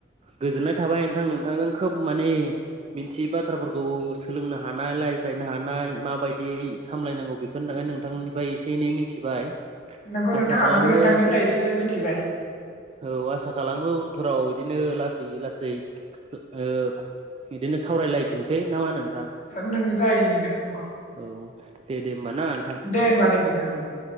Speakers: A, on the right; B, on the left.
A: गोजोननाय थाबाय नोंथां नोंथांजों खोब माने मिथियै बाथ्राफोरखौ सोलोंनो हानाय रायज्रायनो हानाय माबायदियै सामलायनांगौ बेफोरनि थाखाय नोंथांनिफ्राय एसे एनै मिथिबाय
B: नंगौ नोंथां
A: आसा खालामो
B: आंबो नोंथांनिफ्राय एसे मिथिबाय
A: औ आसा खालामो उनफोराव इदिनो लासै लासै ओ इदिनो सावरायलायफिनसै ना मा होनो? नोंथां
B: नोंनो जायो नोंथां नोंगौ
A: औ दे दे होमबा ना नोंथां
B: देे ओनबा दे नोंथां होन दे